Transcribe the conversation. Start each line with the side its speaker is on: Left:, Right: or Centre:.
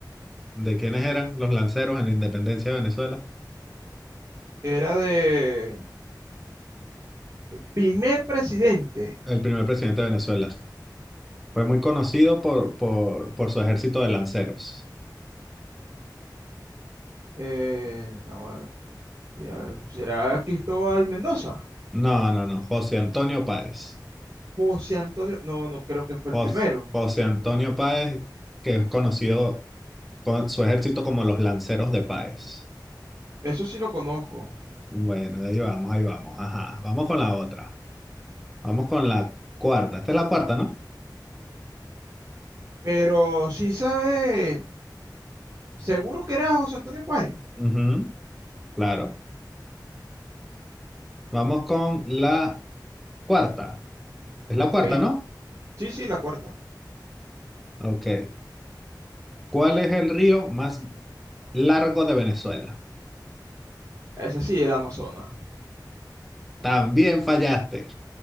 Centre: ¿de quiénes eran los lanceros en la independencia de Venezuela?
Right: Era de primer presidente.
Centre: El primer presidente de Venezuela. Fue muy conocido por, por, por su ejército de lanceros.
Right: eh, no, bueno, ya, ¿será Cristóbal Mendoza?
Centre: No, no, no, José Antonio Páez.
Right: José Antonio. No, no creo que fue
Centre: Jos-
Right: el primero.
Centre: José Antonio Páez, que es conocido con su ejército como los lanceros de Páez.
Right: Eso sí lo conozco.
Centre: Bueno, ahí vamos, ahí vamos. Ajá, vamos con la otra. Vamos con la cuarta. Esta es la cuarta, ¿no?
Right: Pero sí sabe. Seguro que era José Antonio Páez.
Centre: Ujú, claro. Vamos con la cuarta. Es
Right: Ok.
Centre: la cuarta, ¿no?
Right: Sí, sí, la cuarta.
Centre: Ok. ¿Cuál es el río más largo de Venezuela?
Right: Ese sí, el Amazonas.
Centre: También fallaste.